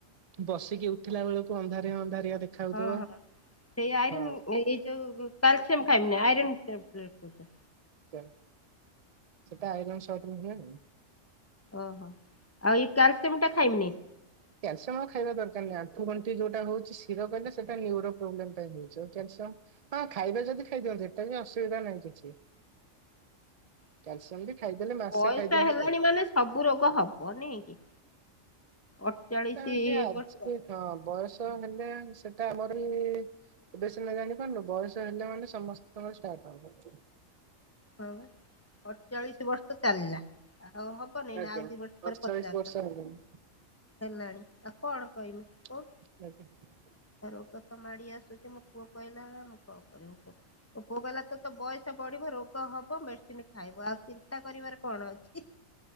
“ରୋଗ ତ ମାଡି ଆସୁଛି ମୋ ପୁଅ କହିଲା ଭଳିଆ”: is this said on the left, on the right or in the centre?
Left